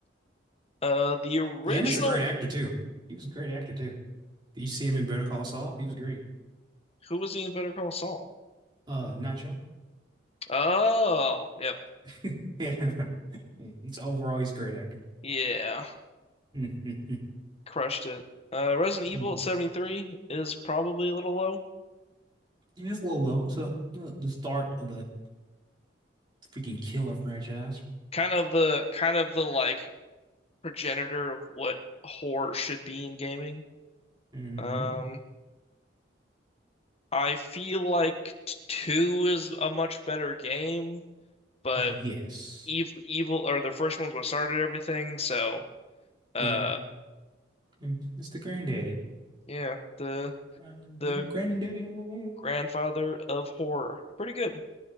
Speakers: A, on the left; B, on the right.
A: Uh the original
B: And it's a great actor too. He was a great actor too. Did you see him in Better Call Saul? He was great.
A: who was he in Better Call Saul?
B: Uh Nacho.
A: Oh, yep.
B: <laughs> Yeah. He's overall he's a great actor.
A: Yeah,
B: <laughs>
A: crushed it. Uh Resident Evil
B: Mm-hmm.
A: at 73 is probably a little low.
B: It's a little low. So you know, the start of a freaking killer franchise.
A: Kind of the kind of the like progenitor of what horror should be in gaming.
B: hmm
A: Um I feel like t- two is a much better game, but
B: Yes.
A: evil, evil or the first one's what started everything. So, uh,
B: Yeah. Mm. It's the granddaddy.
A: yeah, the
B: I'm
A: the
B: your granddaddy. hmm
A: grandfather of horror, pretty good.